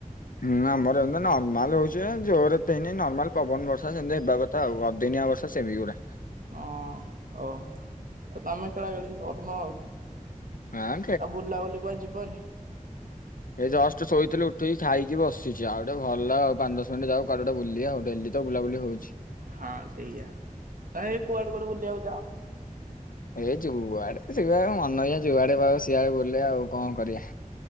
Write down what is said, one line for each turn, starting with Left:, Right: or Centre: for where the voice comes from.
Left: ହୁଁ ଆମର ଏମିତି ନର୍ମାଲ ହଉଛି ବା ଜୋରେ ଏତେ ହେଇନି। ନର୍ମାଲ ପବନ ବର୍ଷା ଯେମିତି ହେବା କଥା ଆଉ ଅଦିନିଆ ବର୍ଷା ସେମିତି ଗୁଡା।
Right: ହଁ ଓ। ଆଉ ତମେ ଖେଳା ଖେଳି କିଛି କରୁନ ଆଉ?
Left: ଆଁ
Right: ଆଉ ବୁଲାବୁଲିକୁ କୁଆଡ଼େ ଯିବନି?
Left: ଏଇ ଜଷ୍ଟ ଶୋଇଥିଲି ଉଠିକି ଖାଇକି ବସିଚି। ଆଉ ଟିକେ ଭଲ ଆଉ ପାଞ୍ଚ ଦଶ ମିନିଟ ଯାଉ କୁଆଡ଼େ ଗୋଟେ ବୁଲିଆ ଆଉ। ଡେଲି ତ ବୁଲାବୁଲି ହଉଛି।
Right: ହଁ ସେଇଆ। ତମେ ଏଇ କୁଆଡେ କୁଆଡେ ବୁଲିବାକୁ ଯାଅ?
Left: ଏଇ ଯୁଆଡେ ଯୁଆଡ଼େ ମନ ହେଇକା ଯୁଆଡେ ପାଇବ ସି ସିଆଡେ ବୁଲେ ଆଉ କଣ କରିଆ?